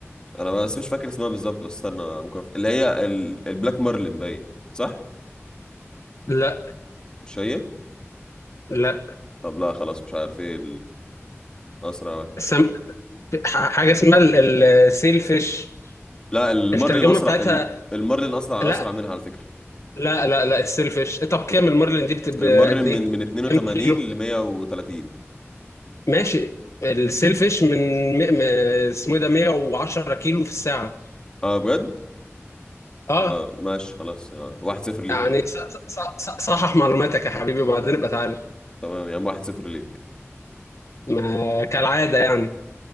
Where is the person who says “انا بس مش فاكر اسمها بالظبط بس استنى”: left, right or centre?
Left